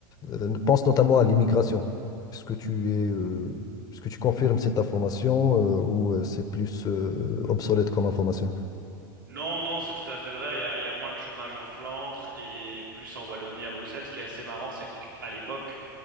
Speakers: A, on the left (about 35°); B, on the right (about 85°).
A: euh, pense notamment à l'immigration. Est-ce que tu es, euh, est-ce que tu confirmes cette information euh, ou euh, c'est plus euh, obsolète comme information?
B: Non, non, c'est tout à fait vrai, il y a, il y a moins de chômage en Flandre et plus en Wallonie à Bruxelles. Ce qui est assez marrant, c'est qu'à l'époque,